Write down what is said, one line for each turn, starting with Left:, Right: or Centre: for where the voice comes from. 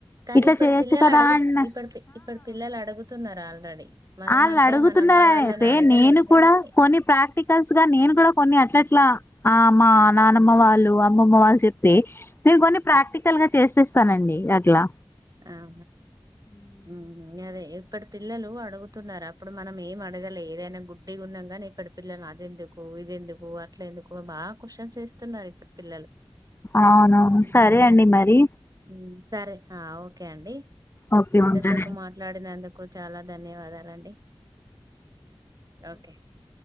Right: కానీ
Left: ఇట్లా
Right: ఇప్పుడు
Left: చేయొచ్చు
Right: పిల్లలు
Left: కదా
Right: అడుగు
Left: అన్న
Right: ఇప్పుడు ఇప్పుడు పిల్లలు అడుగుతున్నారు ఆల్రెడీ మనం
Left: వాళ్ళు
Right: అంటే
Left: అడుగుతున్నారనే
Right: మన అమ్మ వాళ్ళని
Left: సే
Right: అడగలేదు
Left: నేను
Right: కానీ
Left: కూడా కొన్ని ప్రాక్టికల్స్ గా నేను కూడా కొన్ని అట్లట్లా ఆ మా నానమ్మ వాళ్ళు అమ్మమ్మ వాళ్ళు చెప్తే నేను కొన్ని ప్రాక్టికల్ గా చేసేసానండి అట్లా
Right: ఆహా ఉమ్ హు అదే ఇప్పటి పిల్లలు అడుగుతున్నారు అప్పుడు మనం ఏం అడగలే ఏదైనా గుడ్డిగా ఉన్నాం గానీ ఇప్పటి పిల్లలు అది ఎందుకు ఇది ఎందుకు అట్ల ఎందుకు బాగా క్వశ్చన్స్ ఏస్తున్నారు ఇప్పుటీ పిల్లలు
Left: అవునా
Right: ఉమ్,
Left: సరే అండి మరి
Right: ఉమ్, సరే ఆ ఓకే అండి
Left: ఓకే
Right: ఇంతసేపు
Left: ఉంటానండి
Right: మాట్లాడినందు కు చాలా ధన్యవాదాలండి ఓకే